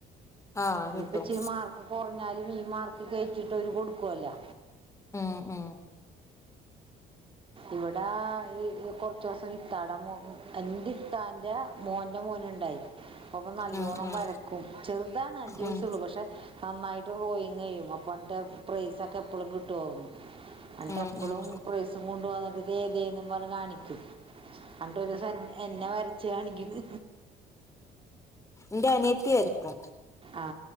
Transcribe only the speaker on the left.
ആ കിട്ടും
ഉം ഉം
ഉം ഉം
ഉം
ഉം
ഉം
ന്റെ അനിയത്തി വര ക്കും